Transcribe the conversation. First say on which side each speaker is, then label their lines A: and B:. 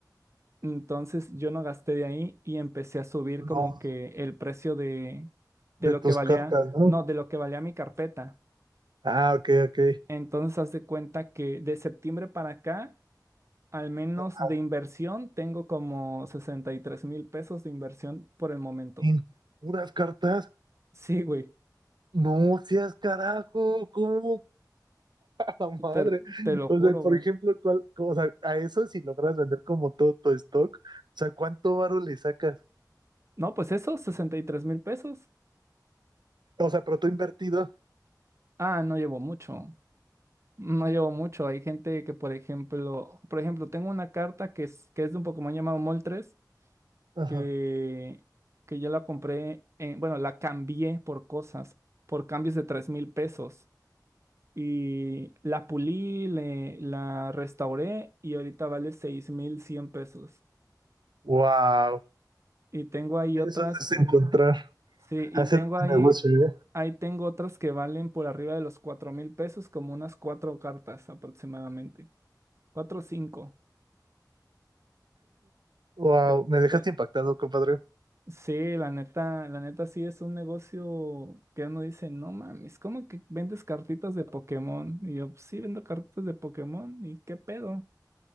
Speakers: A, on the right (about 40°); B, on the right (about 85°).
A: Entonces yo no gasté de ahí y empecé a subir
B: no.
A: como que el precio de, de
B: De
A: lo
B: tus
A: que valía,
B: cartas, ¿no?
A: no, de lo que valía mi carpeta.
B: Ah, ok, ok.
A: Entonces, haz de cuenta que de septiembre para acá, al menos
B: Ajá.
A: de inversión, tengo como sesenta y tres mil pesos de inversión por el momento.
B: ¿En
A: <laughs>
B: puras cartas?
A: Sí, güey,
B: No seas carajo. ¿Cómo? la madre.
A: te, te lo
B: O
A: juro,
B: sea, por
A: güey.
B: ejemplo, ¿cuál, cómo- o sea, a eso si logras vender como todo tu stock, o sea, ¿cuánto varo le sacas?
A: No, pues eso, sesenta y tres mil pesos.
B: O sea, pero tú invertido.
A: Ah, no llevo mucho. No llevo mucho. Hay gente que, por ejemplo, por ejemplo, tengo una carta que es, que es de un Pokémon llamado Moltres,
B: Ajá.
A: que, que yo la compré, en- bueno, la cambié por cosas, por cambios de tres mil pesos. Y la pulí, le- la restauré y ahorita vale 6.100 pesos.
B: Wow.
A: Y tengo ahí
B: Eso
A: otras,
B: es encontrar,
A: sí, y
B: hacer
A: tengo ahí,
B: un negocio, ¿eh?
A: ahí tengo otras que valen por arriba de los 4.000 pesos, como unas cuatro cartas aproximadamente. Cuatro o cinco.
B: Wow,
A: Pero-
B: me dejaste
A: pe-
B: impactado, compadre.
A: sí, la neta, la neta sí es un negocio que uno dice, no mames, ¿cómo que vendes cartitas de Pokémon? Y yo, "Pues sí, vendo cartitas de Pokémon, ¿y qué pedo?